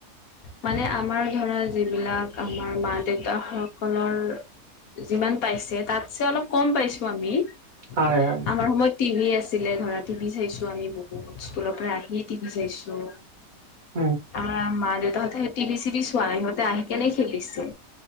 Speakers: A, on the left (about 60°); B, on the right (about 40°).
A: মানে আমাৰ ধৰা, যিবিলাক আমাৰ মা দেউতা সকলৰ যিমান পাইছে, তাতছে অলপ কম পাইছোঁ আমি,
B: হয়
A: আমাৰ
B: হয়
A: সময়ত টিভি আছিলে ধৰা, টিভি চাইছোঁ আমি বহুত, স্কুলৰ পৰা আহিয়েই টিভি চাইছোঁ।
B: উম।
A: আমাৰ মা দেউতাহঁতে টিভি চিভি চোৱা নাই, সিহঁতে আহি কেনে খেলিছে।